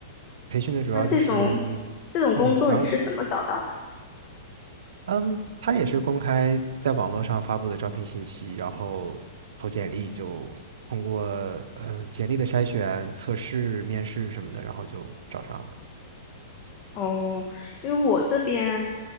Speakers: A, on the right; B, on the left.
A: 培训的主要就是，
B: 那这种这种工作你是怎么找到的？
A: 嗯，了，嗯，他也是公开在网络上发布的招聘信息，然后投简历就通过，嗯、简历的筛选、测试、面试什么的，然后就找上了。
B: 哦，因为我这边，